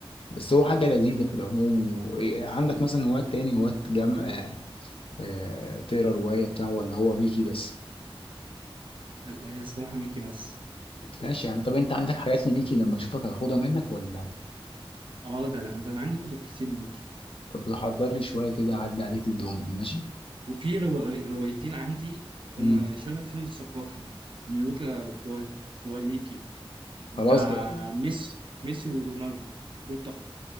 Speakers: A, on the left; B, on the right.
A: بس هو حاجه لذيذه في العموم و- إيه، عندك مثلا هوايات تاني هوايات جم آه آه، تقرا روايه بتاع ولا هو ميكي بس
B: لا، هي الصراحه ميكي بس
A: ماشي يعني طب انت عندك حاجات لميكي لما اشوفك هاخدها منك ولا
B: اه ده انا ده انا عندي كتب كتير لميكي
A: طب حضر لي شويه كده اعدي عليك تدهم لي ماشي
B: وفي رو... روايتين عندي
A: مم.
B: هما شبه فيلم الثقافي لوكا كوال... كواليكي بتاع
A: خلاص جاي
B: ميسي ميسي ورونالدو دول تحفه